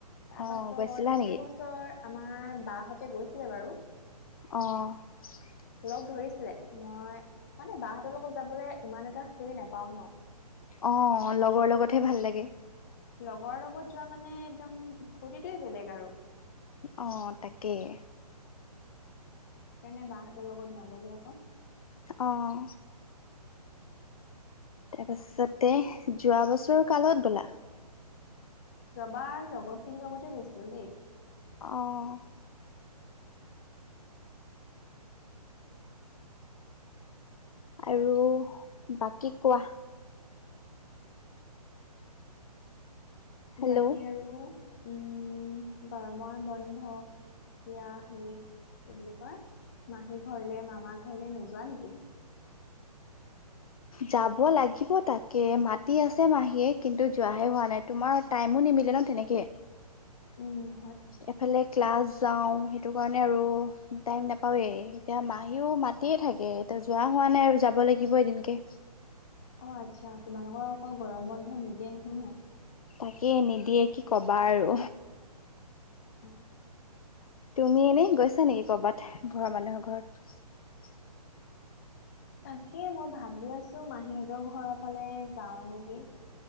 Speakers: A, on the left; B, on the left.
A: তাৰ
B: অঁ
A: পাছত
B: গৈছিলা নেকি
A: এইবছৰ আমাৰ, বাহতে গৈছিলে বাৰু।
B: অঁ
A: লগ ধৰিছিলে মই মানে বাহতৰ লগত যাবলৈ ইমান এটা ফিৰি নাপাওঁ ন,
B: অ লগৰ লগতহে
A: ত'
B: ভাল লাগে।
A: লগৰ লগত যোৱা মানে একদম ফূৰ্তিটোয়ে বেলেগ আৰু
B: অঁ তাকেই
A: সেইকাৰণে বাহঁতৰ লগত নগলো আকৌ।
B: অঁ তাৰপাছতে যোৱা বছৰ কালগত গ'লা।
A: যোৱা বাৰ লগৰ খিনিৰ লগতে গৈছিলো দেই।
B: অহ আৰু বাকী কোৱা। হেল্ল'
A: বাকী আৰু উম গৰমৰ বন্ধ এতিয়া সেই কি বুলি কোৱা মাহী ঘৰলে মামাৰ ঘৰলে নোযোৱা নেকি?
B: যাব লাগিব তাকে মাতি আছে মাহীয়ে কিন্তু যাহে হোৱা নাই তোমাৰ টাইমো নি। মিলে ন তেনেকে।
A: উ
B: এফালে ক্লাছ। যাওঁ সেইটো কাৰণে আৰু টাইম নাপাওঁৱেই এতিয়া মাহীও মায়ে থাকে এতিয়া যোৱা হয়। নাই আৰু যাব লাগিব এদিনকে
A: অ আচ্ছা তোমালোকৰ আকৌ গৰম বন্ধ নিদিয়ে নহয় ন।
B: তাকে নিদিয়ে কি কবা আৰু
A: অ
B: তুমি এনেই গৈছা নেকি কৰ'বাত ঘৰৰ মানুহৰ ঘৰত
A: তাকে মই ভাবি আছো মাহীহতৰ ঘৰৰ ফালে যাওঁ নেকি?